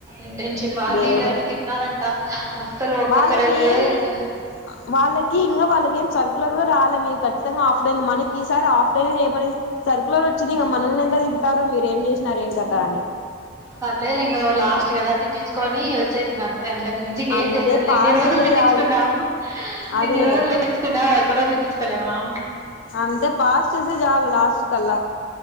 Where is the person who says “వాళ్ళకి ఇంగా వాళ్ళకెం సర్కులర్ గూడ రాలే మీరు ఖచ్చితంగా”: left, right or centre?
Left